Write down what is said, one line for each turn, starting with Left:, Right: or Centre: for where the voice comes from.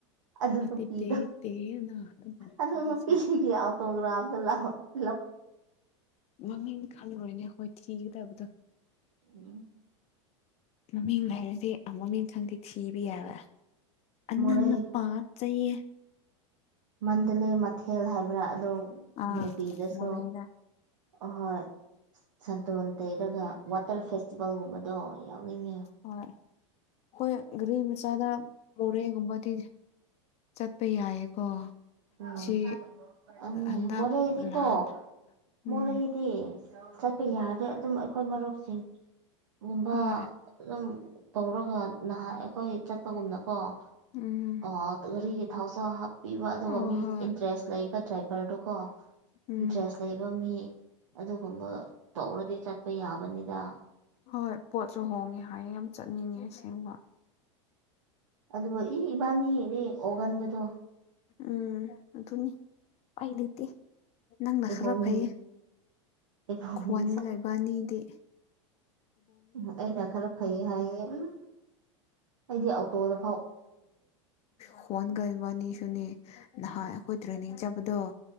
Right: ꯑꯗꯨ
Left: ꯃꯇꯤꯇꯦ
Right: ꯅꯨꯄꯤꯗꯣ
Left: ꯇꯦꯅ ꯑꯗꯨꯝ
Right: ꯑꯗꯨ
Left: ꯆꯠꯂꯁꯦ
Right: ꯅꯨꯄꯤꯒꯤ ꯑꯣꯇꯣꯒ꯭ꯔꯥꯐꯇ ꯂꯧ
Left: ꯃꯃꯤꯡ ꯈꯪꯔꯣꯏꯅꯦ ꯑꯩꯈꯣꯏ ꯊꯤꯒꯗꯕꯗꯣ
Right: <unintelligible>
Left: ꯃꯃꯤꯡ ꯂꯩꯔꯗꯤ ꯃꯃꯤꯡ ꯈꯪꯗꯤ ꯊꯤꯕ ꯌꯥꯕ ꯑꯟꯅꯟꯅ
Right: ꯃꯣꯔꯦ
Left: ꯄꯥꯠꯆꯩꯌꯦ
Right: ꯃꯟꯗꯂꯦ ꯃꯊꯦꯜ ꯍꯥꯏꯕ꯭ꯔꯥ ꯑꯗꯨ
Left: ꯑꯥ
Right: ꯃꯨꯕꯤꯗꯁꯨ
Left: ꯃꯣꯔꯦꯗ
Right: ꯑꯍꯣꯏ ꯁꯟꯇꯣꯟ ꯇꯩꯔꯒ ꯋꯥꯇꯔ ꯐꯦꯁꯇꯤꯚꯦꯜꯒꯨꯝꯕꯗꯣ ꯌꯥꯎꯅꯤꯡꯉꯦ
Left: ꯍꯣꯏ ꯍꯣꯏ ꯒꯥꯔꯤ ꯃꯆꯥꯗ ꯃꯣꯔꯦꯒꯨꯝꯕꯗꯤ ꯆꯠꯄ ꯌꯥꯏꯌꯦꯀꯣ
Right: ꯎꯝ
Left: ꯁꯤ
Right: ꯑꯃꯦ
Left: ꯍꯟꯗꯛ
Right: ꯃꯣꯔꯦꯗꯤꯀꯣ
Left: ꯂꯥꯟ ꯎꯝ
Right: ꯃꯣꯔꯦꯗꯤ ꯆꯠꯄ ꯌꯥꯔꯦ ꯑꯗꯨꯝ ꯑꯩꯈꯣꯏ ꯃꯔꯨꯞꯁꯤꯡ ꯒꯨꯝꯕ
Left: ꯍꯣꯏ
Right: ꯑꯗꯨꯝ ꯇꯧꯔꯒ ꯅꯍꯥꯟ ꯑꯩꯈꯣꯏ ꯆꯠꯄꯒꯨꯝꯅꯀꯣ
Left: ꯎꯝ
Right: ꯑꯣ ꯒꯥꯔꯤꯒꯤ ꯊꯥꯎꯁꯨ ꯍꯥꯞꯄꯤꯕ ꯑꯗꯨꯒ
Left: ꯑꯣ
Right: ꯃꯤ
Left: ꯍꯣꯏ
Right: ꯏꯟꯇ꯭ꯔꯦꯁ ꯂꯩꯕ ꯗ꯭ꯔꯥꯏ ꯚꯔꯗꯨꯀꯣ
Left: ꯎꯝ
Right: ꯏꯟꯇ꯭ꯔꯦꯁ ꯂꯩꯕ ꯃꯤ ꯑꯗꯨꯒꯨꯝꯕ ꯇꯧꯔꯗꯤ ꯆꯠ ꯄ ꯌꯥꯕꯅꯤꯗ
Left: ꯍꯣꯏ ꯄꯣꯠꯁꯨ ꯍꯣꯡꯉꯦ ꯍꯥꯏꯌꯦ ꯌꯥꯝ ꯆꯠꯅꯤꯡꯉꯦ ꯑꯁꯦꯡꯕ
Right: ꯑꯗꯨꯕꯨ ꯏ ꯏꯕꯥꯅꯤ ꯔꯦ ꯑꯣꯒꯟꯕꯗꯣ
Left: ꯎꯝ ꯑꯗꯨꯅꯤ ꯄꯥꯏ ꯂꯩꯇꯦ ꯅꯪꯅ
Right: ꯑꯦꯕꯣꯃꯤꯟ
Left: ꯈꯔ ꯐꯩꯌꯦ
Right: ꯑꯦꯕꯣꯃꯤꯟ
Left: ꯈ꯭ꯋꯥꯟ ꯒ ꯏꯕꯥꯟꯅꯤꯗꯤ
Right: ꯥꯑꯩꯅ ꯈꯔ ꯐꯩꯌꯦ ꯍꯥꯏꯌꯦ ꯑꯝ ꯑꯩꯗꯤ ꯑꯧꯇꯣꯗ
Left: ꯍꯣꯟꯒ ꯏꯕꯅꯤꯁꯨꯅꯦ ꯅꯍꯥꯟ ꯑꯩꯈꯣꯏ ꯇ꯭ꯔꯦꯅꯤꯡ ꯆꯠꯕꯗꯣ